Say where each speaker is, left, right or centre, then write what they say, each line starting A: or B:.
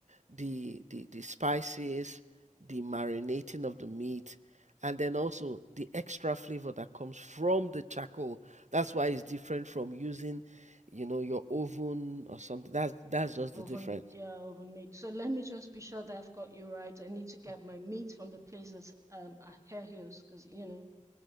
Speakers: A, on the right (about 60°); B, on the right (about 25°).
A: the the the spices, the marinating of the meat, and then also the extra flavor that comes from the charcoal. That's why it's different from using, you know, your oven or something. That's that's just
B: oven
A: the difference.
B: yeah, oven made. So let me just be sure that I've got you right. I need to get
A: Mm.
B: my meat from the places um at Hare Hills because you know